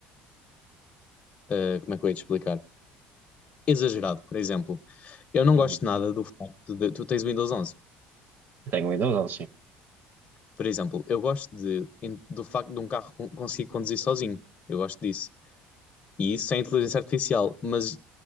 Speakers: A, on the left; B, on the right.
A: eh, como é que eu ia te explicar? Exagerado, por exemplo. Eu não
B: uhum.
A: gosto nada do facto de tu tens o Windows 11.
B: Tenho ainda, não, sim.
A: Por exemplo, eu gosto de, em- do facto de um carro con- conseguir conduzir sozinho. Eu gosto disso. E isso é inteligência artificial, mas